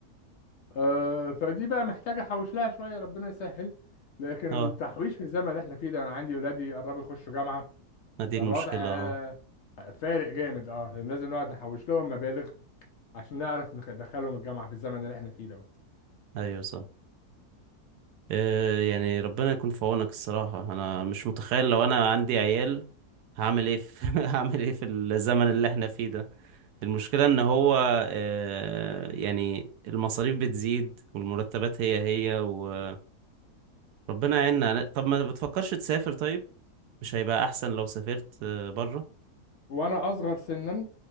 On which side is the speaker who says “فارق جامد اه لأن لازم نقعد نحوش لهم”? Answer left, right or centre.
Left